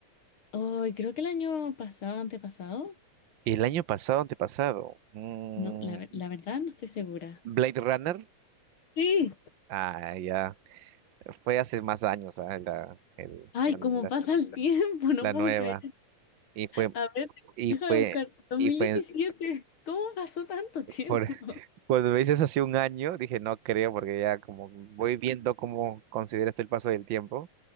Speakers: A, on the left; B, on the right.
A: Ay, creo que el año pasado, antepasado.
B: ¿Y el año pasado, antepasado? Mm,
A: No, la, ver- la verdad no estoy segura.
B: ¿Blade Runner?
A: Sí.
B: Ah, ya. Fue hace más años, ah, La, el-
A: Ay,
B: la, la-
A: cómo pasa el <laughs> tiempo, no
B: la
A: puedo
B: nueva.
A: creer.
B: Y fue,
A: A ver,
B: y
A: déjame
B: fue,
A: buscar. dos
B: y
A: mil
B: fue
A: diecisiete ¿Cómo pasó tanto tiempo?
B: por, Cuando me dices hace un año, dije, no creo, porque ya como voy viendo cómo consideras el paso del tiempo,